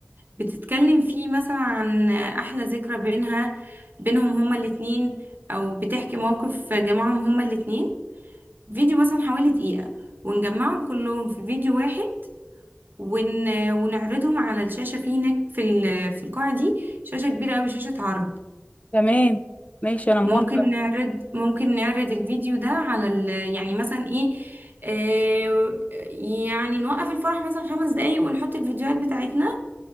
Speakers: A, on the right; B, on the left.
A: بتتكلم فيه مثلا عن احلى ذكرى بينها بينهم هما الاتنين او بتحكي موقف جمعهم هما الاتنين فيديو مثلا حوالي دقيقة ونجمعهم كلهم في فيديو واحد ون... ونعرضهم على الشاشة في هناك في ال... في القاعة دي شاشة كبيرة أوي شاشة عرض
B: تمام ماشي أنا موافقة
A: ممكن نعرض ممكن نعرض الفيديو ده على ال... يعني مثلا ايه آه، يعني نوقف الفرح مثلا خمس دقايق ونحط الفيديوهات بتاعتنا